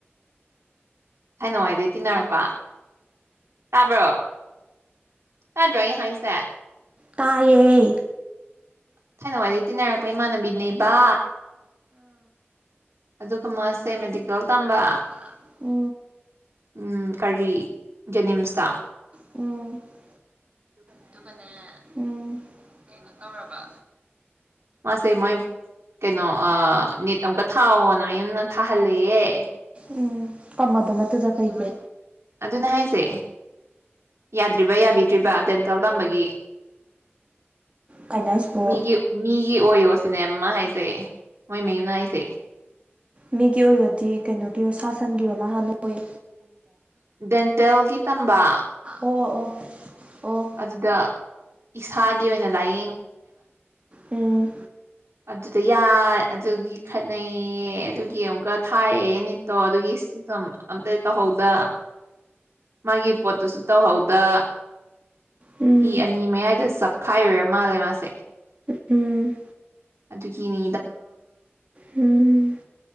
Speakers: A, on the right (about 85°); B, on the right (about 30°).
A: ꯍꯥꯏꯅꯉꯥꯏꯗꯩ ꯇꯤꯟꯅꯔꯛꯄ ꯇꯥꯕ꯭ꯔꯣ ꯆꯥꯗ꯭ꯔꯣ ꯑꯩꯍꯁꯦ
B: ꯇꯥꯏꯌꯦ
A: ꯊꯥꯏꯅꯋꯥꯏꯗꯒꯤꯩ ꯇꯤꯟꯅꯔꯛꯄ ꯏꯃꯥꯟꯅꯕꯤꯅꯦꯕ ꯑꯗꯨꯒ ꯃꯥꯁꯦ ꯃꯦꯗꯤꯀꯦꯜ ꯇꯝꯕ
B: ꯝꯕ ꯎ <inaudible>
A: ꯎꯝ ꯀꯔꯤ ꯖꯦꯅꯤꯝꯁꯇ
B: ꯎꯝ <inaudible> <unintelligible> ꯑꯗꯨꯒꯅꯦ ꯎ ꯀꯩꯅꯣ ꯇꯧꯔꯕ
A: ꯑꯁꯦ ꯃꯣꯏ ꯀꯩꯅꯣ ꯑ ꯅꯦꯠ ꯑꯃꯨꯛꯀ ꯊꯥꯎꯑꯣꯣꯅ ꯃꯌꯨꯝꯗ ꯊꯥꯍꯜꯂꯌꯦꯦ
B: ꯎꯝ ꯇꯝꯃ ꯑꯗꯨ ꯃꯇꯨꯡꯗ ꯀꯩꯀ
A: ꯑꯗꯨꯅ ꯍꯥꯏꯁꯦ ꯌꯥꯗ꯭ꯔꯤꯕ ꯌꯥꯕꯤꯗ꯭ꯔꯤꯕ ꯗꯦꯟꯇꯜ ꯇꯝꯕꯒꯤ
B: ꯀꯩꯅꯣ ꯍꯥꯏꯁꯤꯕꯣ
A: ꯃꯤꯒꯤ ꯃꯤꯒꯤ ꯑꯣꯏꯌꯣ ꯁꯤꯅꯦꯃ ꯍꯥꯏꯁꯦ ꯃꯣꯏ ꯃꯌꯨꯝꯅ ꯍꯥꯏꯁꯦ
B: ꯃꯤꯒꯤ ꯑꯣꯏꯕꯗꯤ ꯀꯩꯅꯣꯒꯤꯔꯣ ꯁꯥ ꯁꯟꯒꯤꯔꯣ ꯃꯍꯥꯟꯅ ꯑꯣꯏ
A: ꯗꯦꯟꯇꯦꯜꯒꯤ ꯇꯝꯕ
B: ꯑꯣ ꯑꯣ ꯑꯣ
A: ꯑꯗꯨꯗ ꯏꯁꯥꯒꯤ ꯑꯣꯏꯅ ꯂꯥꯏ
B: ꯎꯝ
A: ꯑꯗꯨ ꯌꯥꯏ ꯑꯗꯨꯒꯤ ꯈꯠꯅꯩꯌꯦ ꯑꯗꯨꯒꯤ ꯑꯃꯨꯛꯀ ꯊꯥꯏꯌꯦ ꯅꯤꯠꯇꯣ ꯑꯗꯨꯒꯤ ꯁꯤꯁꯨ ꯑꯃꯛ ꯑꯝꯇ ꯇꯧꯍꯧꯗ ꯃꯥꯒꯤ ꯄꯣꯠꯇꯨꯁꯨ ꯇꯧꯍꯧꯗ
B: ꯎꯝ
A: ꯍꯤ ꯑꯅꯤ ꯃꯌꯥꯏꯗ ꯆꯞꯈꯥꯏꯔꯨꯔꯦ ꯃꯥꯜꯂꯦ ꯃꯥꯁꯦ
B: ꯎꯝ
A: ꯑꯗꯨꯒꯤꯅꯦ
B: ꯎꯝ